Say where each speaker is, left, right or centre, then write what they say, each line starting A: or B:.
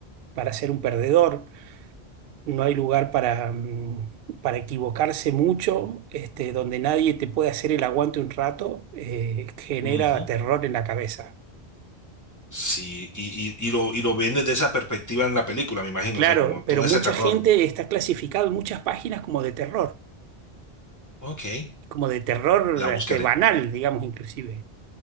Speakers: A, on the right; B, on the left.
A: para ser un perdedor, no hay lugar para, mm, para equivocarse mucho, este, donde nadie te puede hacer el aguante un rato, eh, genera
B: Ujú.
A: terror en la cabeza.
B: Sí, y, y, y lo, y lo ven desde esa perspectiva en la película, me imagino.
A: Claro,
B: O sea, como todo
A: pero
B: ese
A: mucha
B: terror.
A: gente está clasificado en muchas páginas como de terror,
B: Ok.
A: como de terror
B: La buscaré.
A: este, banal, digamos inclusive.